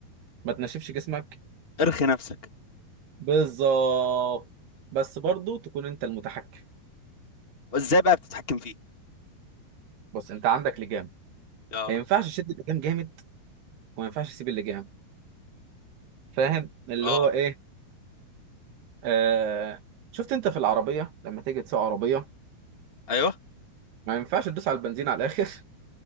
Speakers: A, on the right; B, on the left.
A: ما تنشفش جسمك
B: ارخي نفسك
A: بالظبط بس برضو تكون انت المتحكم
B: وازاي بقى بتتحكم فيه
A: بص انت عندك لجام
B: اه
A: ما ينفعش تشد اللجام جامد وما ينفعش تسيب اللجام فاهم اللي
B: اه
A: هو ايه آه... شفت انت في العربية لما تيجي تسوق عربية
B: ايوه
A: ما ينفعش تدوس على البنزين على الاخر <laughs>